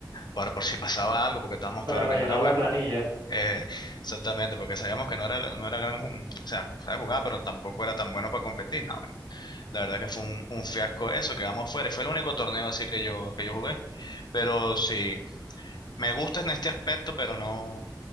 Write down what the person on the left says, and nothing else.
para por si pasaba algo, porque estábamos
claro
que no era
bueno.
Eh, exactamente, porque sabíamos que no era, no era gran, ju- o sea, sabe jugar, pero tampoco era tan bueno para competir. No, La verdad que fue un, un fiasco eso, quedamos fuera. Y Fue el único torneo así que yo, que yo jugué. Pero sí, me gusta en este aspecto, pero no.